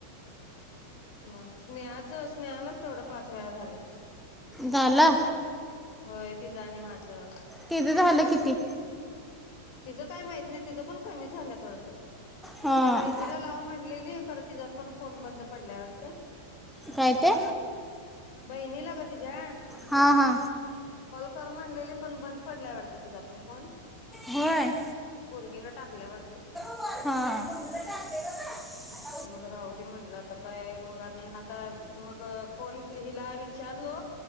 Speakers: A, on the left; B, in the centre.
A: मग स्नेहाचं स्नेहालाच तेवढं पाच वेळा झाल्यात.
B: झाला?
A: होय तिझं आणि माझं.
B: तिथं झालं किती?
A: तिचं काय माहित नाही, तिचं पण कमी झाल्यात वाटतं.
B: हां
A: तिच्या बहिणीला लाव म्हण <unintelligible> ली खरं तिचा पण फोन बंद पडलाय वाटतं.
B: काय ते?
A: बहिणीला ग तिज्या
B: हा, हा.
A: कर म्हणलेले पण बंद पडलाय वाटतं तिचा पण फोन.
B: होय.
A: गीनं टाकल्या वाटतं.
B: हा.
A: मग राहू दे म्हणलं आता काय मग आणि आता मग फोन हिला विचारलो,